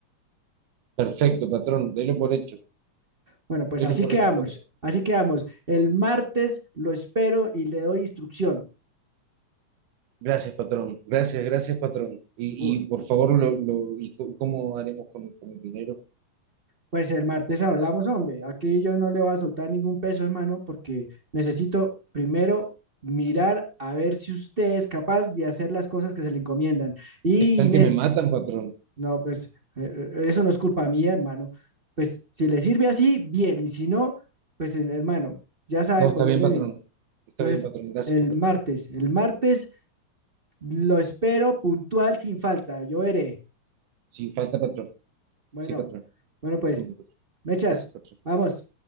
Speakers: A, on the right; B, on the right.
A: Perfecto, patrón, delo por hecho,
B: Bueno, pues
A: delo
B: así
A: por
B: quedamos,
A: hecho, patrón.
B: así quedamos. El martes lo espero y le doy instrucción.
A: Gracias, patrón, gracias, gracias, patrón. Y,
B: Bu-
A: y por favor, lo, lo- ¿y cómo cómo haremos con, con el dinero?
B: Pues el martes hablamos, hombre. Aquí yo no le voy a soltar ningún peso, hermano, porque necesito primero mirar a ver si usted es capaz de hacer las cosas que se le encomiendan. Y
A: Están
B: Inés,
A: que me matan, patrón.
B: no, pues eh, eh, eso no es culpa mía, hermano. Pues si le sirve así, bien. Y si no, pues eh, hermano, ya sabe
A: No,
B: por
A: está
B: dónde
A: bien, patrón.
B: vino.
A: Está
B: Entonces,
A: bien, patrón. Gracias,
B: el
A: patrón.
B: martes, el martes Lo espero puntual sin falta. Yo veré.
A: sí falta, patrón.
B: Bueno,
A: Sí, patrón.
B: bueno, pues,
A: Disculpe, patrón.
B: mechas,
A: Gracias, patrón.
B: vamos.